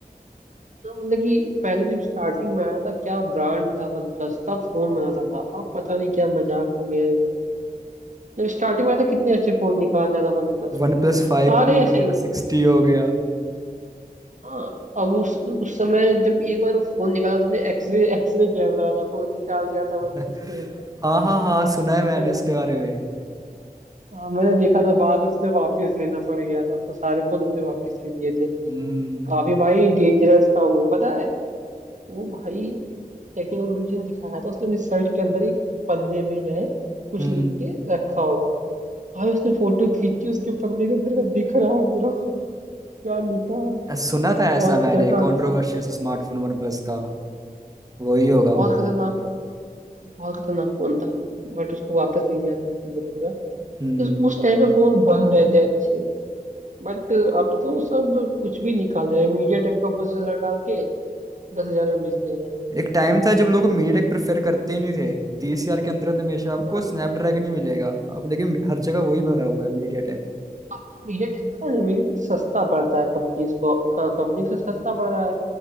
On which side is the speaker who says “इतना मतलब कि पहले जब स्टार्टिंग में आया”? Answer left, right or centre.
Right